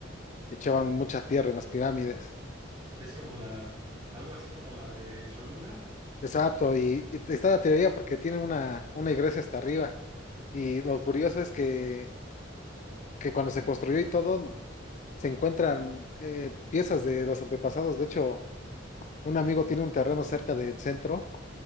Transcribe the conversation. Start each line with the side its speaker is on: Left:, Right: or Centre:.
Left: echaban mucha tierra en las pirámides.
Right: Es como la, algo así como la de Cholula,
Left: Exacto, y, y está la teoría porque tiene una, una iglesia hasta arriba. Y
Right: sí.
Left: lo curioso es que, que cuando se construyó y todo, se encuentran eh, piezas de los antepasados. De hecho, un amigo tiene un terreno cerca del centro